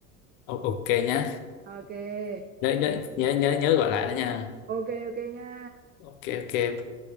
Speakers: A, on the left (about 65°); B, on the right (about 25°).
A: ok nhá
B: Ok.
A: nhớ nhớ nhớ nhớ nhớ gọi lại đó nha
B: Ok ok nha.
A: ok ok